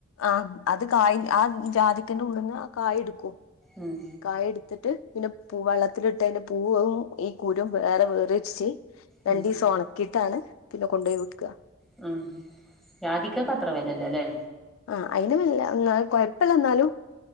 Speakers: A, on the left; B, in the centre.
A: അ അത് കായ് ആ ജാതിക്കെന്റെ ഉള്ള്ന്ന് ആ കായ് എട്ക്കും.
B: ഉം
A: കായ് എടുത്തിട്ട്. പിന്നെ പൂ വള്ളത്തിലിട്ട് അയിന്റെ പൂവും ഈ കുരുവും വേറെതിരിച്ച് രണ്ടീസം
B: ഉം
A: ഒണക്കിട്ടാണ് പിന്നെ കൊണ്ടോയി വിക്കാ
B: മം ജാതിക്കക്ക് അത്ര വേലല്ലല്ലേ?
A: ആ അയിന് വല്ല്യ ന്ന കൊയപ്പല്ലാ ഇ ന്നാലും.